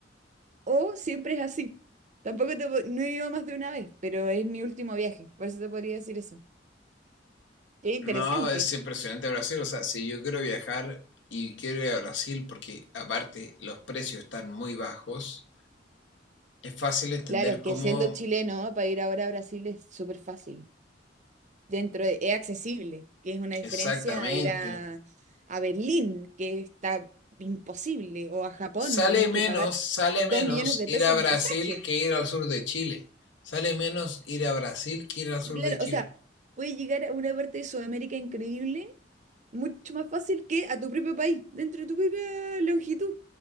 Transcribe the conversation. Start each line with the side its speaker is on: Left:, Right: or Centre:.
Right: o siempre es así. Tampoco te, po- no he ido más de una vez, pero es mi último viaje, por eso te podría decir eso. Qué interesante.
Left: No, es impresionante Brasil, o sea, si yo quiero viajar y quiero ir a Brasil porque aparte los precios están muy bajos, es fácil entender
Right: Claro, es
Left: cómo
Right: que siendo chileno, para ir ahora a Brasil es súper fácil. Dentro de- es accesible, que es una diferencia
Left: exactamente.
Right: a ir a, a Berlín, que está imposible, o a Japón,
Left: Sale
Right: tenéis
Left: menos,
Right: que pagar
Left: sale
Right: dos
Left: menos
Right: millones de
Left: ir
Right: pesos
Left: a
Right: en
Left: Brasil
Right: pasaje.
Left: que ir al sur de Chile. Sale menos ir a Brasil que ir al sur
Right: Claro,
Left: de Chile.
Right: o sea, puedes llegar a una parte de Sudamérica increíble mucho más fácil que a tu propio país, dentro de tu propia longitud.